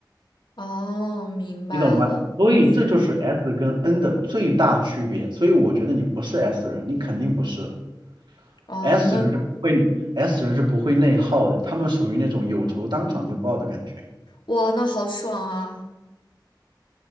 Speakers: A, on the left; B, on the right.
A: 哦，明白了，
B: 你懂了吗？所以这就是
A: 是，
B: S 跟 N 的最大区别。所以我觉得你不是 S 人，你肯定不是
A: 哦，
B: S
A: 那
B: 人是不会 S 人是不会内耗的，他们属于那种有仇当场就报的感觉。
A: 哇，那好爽啊！